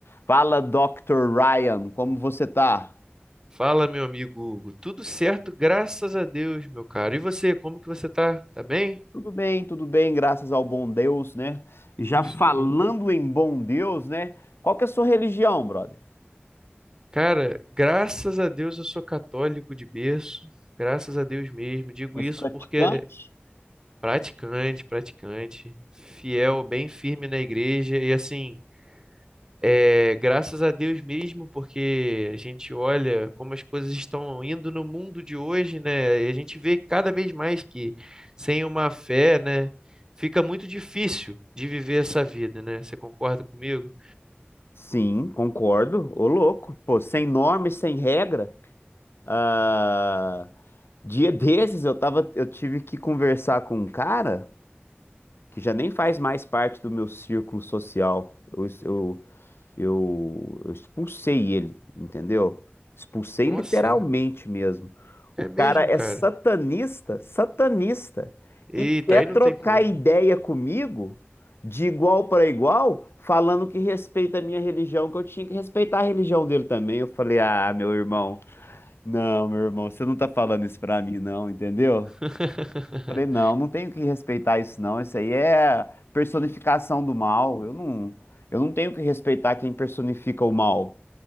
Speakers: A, on the left; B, on the right.
A: Fala, Dr. Ryan, como você tá?
B: Fala, meu amigo Hugo. Tudo certo, graças a Deus, meu caro. E você, como que você tá? Tá bem?
A: Tudo bem, tudo bem, graças ao bom Deus, né? Já
B: Isso
A: falando
B: aí.
A: em bom Deus, né? Qual que é a sua religião, brother?
B: Cara, graças a Deus eu sou católico de berço. Graças a Deus mesmo. Digo
A: És
B: isso
A: praticante?
B: porque é praticante, praticante, fiel, bem firme na igreja e assim É, graças a Deus mesmo, porque a gente olha como as coisas estão indo no mundo de hoje, né? E a gente vê cada vez mais que sem uma fé, né, fica muito difícil de viver essa vida, né? Você concorda comigo?
A: Sim, concordo. Ô, louco, pô, sem norma e sem regra. Ah, dia desses eu tava, eu tive que conversar com um cara que já nem faz mais parte do meu círculo social. Eu, eu Eu, eu expulsei ele, entendeu? Expulsei
B: Nossa,
A: literalmente mesmo.
B: é
A: O cara
B: mesmo,
A: é
B: cara.
A: satanista, satanista,
B: Eita,
A: e quer
B: aí não
A: trocar
B: tem como.
A: ideia comigo de igual para igual, falando que respeita a minha religião, que eu tinha que respeitar a religião dele também. Eu falei, ah, meu irmão, não, meu irmão, você não tá falando isso pra mim, não, entendeu?
B: <laughs>
A: Falei, não, não tenho que respeitar isso, não. Isso aí é personificação do mal. Eu não, eu não tenho que respeitar quem personifica o mal,